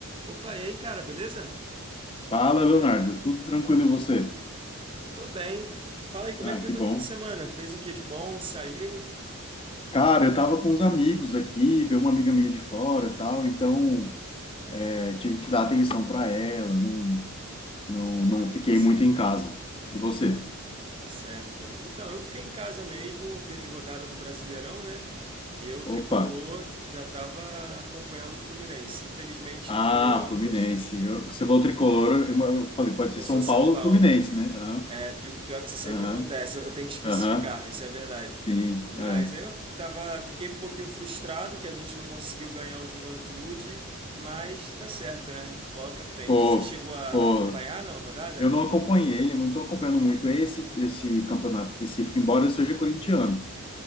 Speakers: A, on the right; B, on the left.
A: Opa, e aí, cara, beleza?
B: Fala, Leonardo. Tudo tranquilo e você?
A: Tô bem. Fala aí, como
B: Ah,
A: é que foi
B: que
A: teu
B: bom.
A: fim de semana? Fez o que de bom? Saiu?
B: Cara, eu tava com uns amigos aqui, veio uma amiga minha de fora e tal, então é, tive que dar atenção para ela, não, não, não
A: Ah,
B: fiquei
A: tá certo,
B: muito em casa. E você?
A: tá certo. Então, eu fiquei em casa mesmo, teve rodada do Brasileirão, né? E eu, tricolor,
B: Opa!
A: já tava acompanhando o Fluminense. Infelizmente
B: Ah,
A: não ganhamos.
B: Fluminense. Eu- você falou tricolor, eu, eu falei, pode
A: Pensou
B: ser São
A: São
B: Paulo
A: Paulo.
B: ou Fluminense, né? Aham,
A: É, pi- pior que isso sempre
B: aham,
A: acontece, eu eu tenho que especificar,
B: aham.
A: isso é verdade.
B: Sim,
A: Mas
B: é.
A: eu tava, fiquei um pouquinho frustrado que a gente não conseguiu ganhar o Juventude, mas tá certo, né? Bola pra frente.
B: Pô,
A: Você chegou a
B: pô,
A: acompanhar na rodada?
B: eu não acompanhei, eu não tô acompanhando muito esse, esse campeonato específico, embora eu seja corintiano.